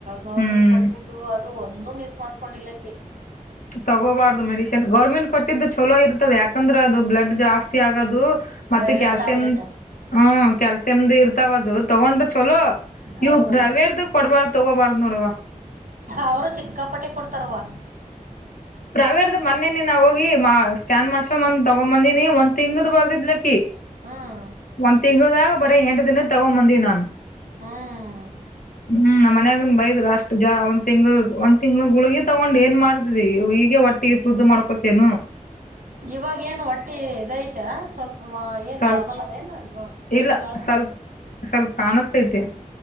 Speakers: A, on the right; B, on the left.
A: ಗೌರ್ಮೆಂಟ್
B: ಹ್ಮ್
A: ಕೊಟ್ಟಿದ್ದು ಅದು ಒಂದು ಮಿಸ್ ಮಾಡ್ಕೊಂಡ ಇಲ್ಲ ಅಕ್ಕಿ
B: ತಗೋಬಾರ್ದು ಮೆಡಿಸಿನ್ ಗೌರ್ಮೆಂಟ್ ಕೊಟ್ಟಿದ್ದು ಚಲೋ ಇರ್ತದ ಯಾಕಂದ್ರ ಅದು ಬ್ಲಡ್ ಜಾಸ್ತಿ ಆಗೋದು ಮತ್ತೆ
A: ಐರನ್
B: ಕ್ಯಾಲ್ಸಿಯಂ
A: ಟ್ಯಾಬ್ಲೆಟ್
B: ಹ್ಮ್ ಕ್ಯಾಲ್ಸಿಯಮ್ದ ಇರ್ತಾವದು ತಗೊಂಡ್ರ ಚಲೋ
A: ಹೌದೌದು
B: ಇವವು ಪ್ರವೇರ್ದ ಕೊಡ್ಬಾರ್ದ ತಗೋಬಾರ್ದ ನೋಡುವ
A: ಅವರು ಸಿಕ್ಕಾಪಟ್ಟೆ ಕೊಡ್ತಾರವಾ
B: ಪ್ರಾವೇಟ್ದದ ಮನ್ನೇನಿ ನಾ ಹೋಗಿ ಮಾ ಸ್ಕ್ಯಾನ್ ಮಾಡ್ಸ್ ಮಂದ ತಗೊ್ ಬಂದೀನಿ ಒಂದ್ ತಿಂಗ್ದ್ ಬರ್ದಿದ್ಲಕ್ಕಿ
A: ಹ್ಮ್
B: ಒಂದು ತಿಂಗಳದಾಗ ಬರೇ ಎಂಟು ದಿನ ತಗೊಂಡು ಬಂದನೆ ನಾನು
A: ಹ್ಮ್
B: ಹ್ಮ್ಮ್ಮ ಮನ್ಯಾಗನ್ ಬೈದ್ ಅಷ್ಟು ಜಾ ಒಂದ ತಿಂಗಳ ಒಂದ್ ತಿಂಗ್ಳ ಗುಳಗಿ ತಗೊಂಡ್ ಏನ್ ಮಾಡ್ತ್ ಈೀಗ ಟ್ಟ ತುದ್ದು ಮಾಡ್ಕೊತೇನು
A: ಇವಾಗ ಏನ್ ಒಟ್ಟಿ ಇದಐತ ಸ್ವಲ್ಪ ಏನ್
B: ಸ್ವಲ್ಪ್
A: ನಾರ್ಮಲ್ ಅದ ಏನ ಅದು ಒಟ್ಟು
B: ಇಲ್ಲ
A: ಬಳ
B: ಸ್ವಲ್ಪ್
A: ಬ್ಯಾಟರ್
B: ಸ್ವಲ್ಪ ಕಾಣಿಸಸ್ತೈತೆ